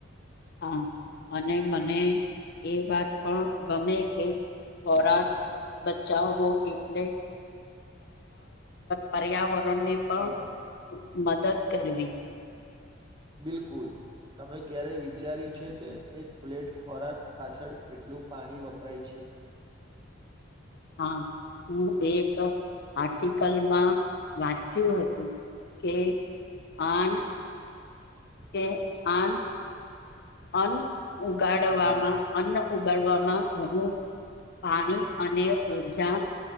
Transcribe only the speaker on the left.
હા, અને મને એ વાત પણ ગમે કે ખોરાક બચાવવો એટલે પર્યાવરણને પણ,
મદદ કરવી.
હા, હું એક આર્ટિકલમાં વાંચ્યું હતું. કે આન કે આન, અન ઉગાડવામાં
અન્ન ઉગાડવામાં, ઘણુ પાણી અને ઉર્જા